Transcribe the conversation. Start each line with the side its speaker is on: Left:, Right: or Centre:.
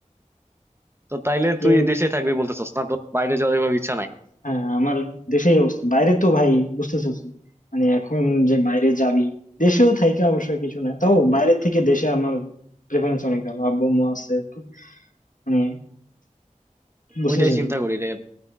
Right: তো তাইলে
Left: যে
Right: তুই দেশে থাকবি বলতেছস না তো বাইরে যাওয়ার এভাবে ইচ্ছা নাই
Left: হ্যাঁ আমার দেশেই অবস্থা বাইরে তো ভাই বুঝতেছস মানে এখন যে বাইরে যাবি দেশেও থাইকে অবশ্যই কিছু না তাও বাইরের থেকে দেশে আমার প্রেফারেন্স অনেক ভালো আব্বু আম্মু আছে তো মানে বুঝতেছস
Right: ওইটাই চিন্তা করি রে